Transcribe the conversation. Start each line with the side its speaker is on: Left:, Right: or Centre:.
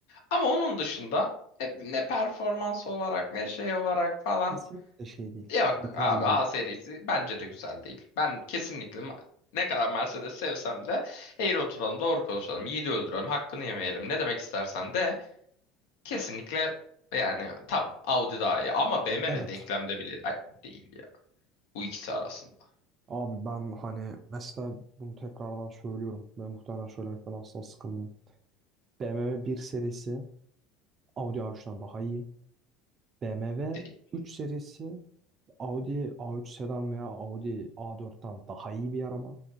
Left: Ama onun dışında e, ne performans olarak ne şey olarak falan
Right: Kesinlikle şey değil.
Left: yok
Right: Yeterli
Left: abi
Right: değil.
Left: A serisi bence de güzel değil. Ben kesinlikle ma- ne kadar Mercedes sevsem de eğri oturalım doğru konuşalım yiğidi öldürelim hakkını yemeyelim ne demek istersen de kesinlikle yani tamam Audi daha iyi ama BMW
Right: Evet.
Left: denklemde bile Ay, değil ya bu ikisi arasında
Right: Abi ben hani mesela bunu tekrardan söylüyorum. Ben muhtemelen söylemekten asla sıkılmıyorum. BMW bir serisi Audi A3'ten daha iyi. BMW
Left: değil.
Right: 3 serisi Audi A3 sedan veya Audi A4'ten daha iyi bir araba.